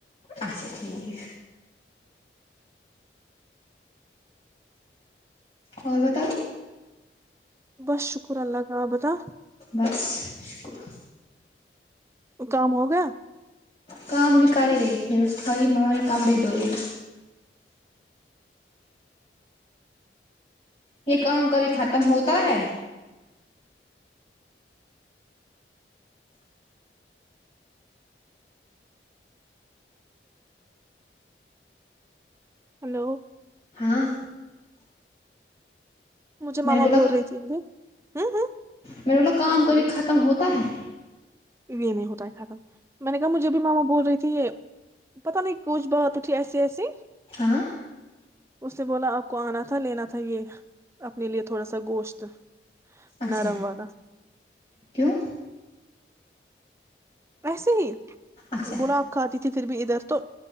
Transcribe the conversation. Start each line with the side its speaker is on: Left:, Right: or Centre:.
Left: اچھا ٹھیک اور بتاؤ
Right: بس شکر اللہ کاال آبتہ
Left: بس شکر
Right: وہ کام ہو گیا
Left: کام بھی کر ہی رہی تھھی بس خالی مو نے کپڑے دھوئے یہ کن کا بھی ختم ہوتا ہے
Right: ہلو
Left: ہاں
Right: مجھے
Left: میں
Right: ماما
Left: نے
Right: بول رہی تھی ابھی ہوں ہوں
Left: میرے بلا کام کبھی ختم ہوتا ہے
Right: یہ نہیں ہوتا ہے ختم میں نے کہا مجھے بھی ماما بول رہی تھی یہ پتا نہیں کچھ بات اٹھی ایسی ایسی
Left: ہاں
Right: اس نے بولا آپ کو آنا تھا لینا تھا یہ اپنے لیے تھوڑا سا گوشت
Left: اچھا
Right: نرم والا
Left: کیوں
Right: ایسے ہی
Left: اچھا
Right: گلاب کھاتی تھی پھر بھی ادھر تو